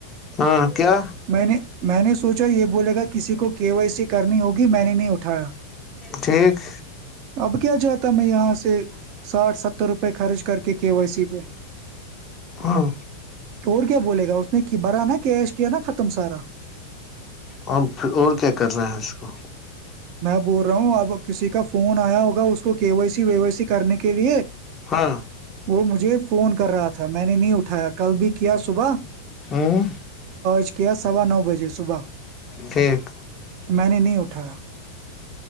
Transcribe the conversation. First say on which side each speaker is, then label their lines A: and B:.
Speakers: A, on the left; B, on the right.
A: ہاں کیا
B: میں نے میں نے سوچا یہ ب بولے گا کسی کو کی وائی سی کرنی ہوگی میں نے نہیں اٹھایا
A: ٹھیک
B: اب کیا کیا جاتا میں یہاں سے ساٹھ ستر روپئے خرچ کر کے کے وائی سی پہ
A: ہاں
B: اور کیا بولے گا اس نے کی- بھرا نا کیش کیا نا ختم سارا
A: اھر اور کیا کر رہے ہیں اس کو
B: میں بول رہا ہوں اب کسی کا فون آیا ہوگا اس کو K Y C V Y C کرنے کے لیے
A: ہاں
B: وہ مجھے فون کر رہا تھا میں نے نہیں اٹھایا کل بھی کیا صبح
A: ہوں
B: چ کیا سوا نو بجے صبح
A: ٹھیک
B: میں نے نہیں اٹھایا